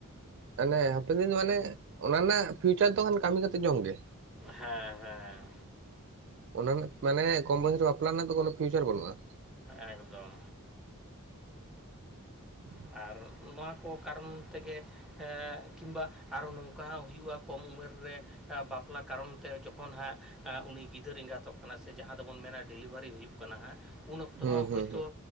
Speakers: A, on the right (about 55°); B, in the centre.
A: ᱢᱟᱱᱮ ᱦᱟᱯᱮᱱ ᱫᱤᱱ ᱢᱟᱱᱮ ᱚᱱᱟ ᱨᱮᱱᱟᱜ ᱯᱷᱤᱭᱩᱪᱟᱨ ᱫᱚ ᱠᱷᱟᱱ ᱠᱟᱹᱢᱤ ᱠᱟᱛᱮᱜ ᱡᱚᱢ ᱜᱮ ᱾
B: ᱦᱮᱸ ᱦᱮᱸ
A: ᱚᱱᱟ ᱨᱮᱱᱟᱜ ᱢᱟᱱᱮ ᱠᱚᱢ ᱵᱚᱭᱮᱥ ᱨᱮ ᱵᱟᱯᱞᱟ ᱨᱮᱱᱟᱜ ᱫᱚ ᱠᱚᱱᱳ ᱯᱷᱤᱭᱩᱪᱟᱨ ᱵᱟᱹᱱᱩᱜᱼᱟ ᱾
B: ᱮᱠᱫᱚᱢ
A: <inaudible>
B: ᱟᱨ ᱱᱚᱣᱟ ᱠᱚ ᱠᱟᱨᱚᱱ ᱛᱮᱜᱮ, ᱦᱮᱸ ᱠᱤᱝᱵᱟ ᱟᱨᱚᱷᱚ ᱱᱚᱝᱠᱟ ᱦᱚᱸ ᱦᱩᱭᱩᱜᱼᱟ ᱠᱚᱢ ᱩᱢᱮᱨ ᱨᱮ, ᱵᱟᱯᱞᱟ ᱠᱟᱨᱚᱱ ᱛᱮ ᱡᱚᱠᱷᱚᱱ ᱦᱟᱸᱜ, ᱩᱱᱤ ᱜᱤᱫᱟᱹᱨ ᱮᱸᱜᱟᱛᱚᱜ ᱠᱟᱱᱟ ᱥᱮ ᱡᱟᱦᱟᱸ ᱫᱚᱵᱚᱱ ᱢᱮᱱᱟ ᱰᱮᱞᱤᱵᱷᱟᱨᱤ ᱦᱩᱭᱩᱜ ᱠᱟᱱᱟ ᱦᱟᱸᱜ, ᱩᱱ ᱚᱠᱛᱚ
A: ᱦᱩᱸ
B: ᱦᱚᱸ
A: ᱦᱩᱸ
B: ᱦᱚᱭᱛᱚ
A: ᱦᱩᱸ